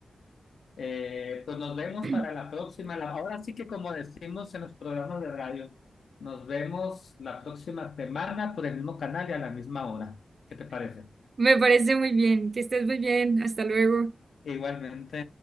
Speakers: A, on the left; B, on the right.
A: Eh, pues nos vemos
B: <clears throat>
A: para la próxima. la- Ahora sí que como decimos en los programas de radio, nos vemos la próxima semana por el mismo canal y a la misma hora. ¿Qué te parece?
B: Me parece muy bien. Que estés muy bien. Hasta luego.
A: Igualmente.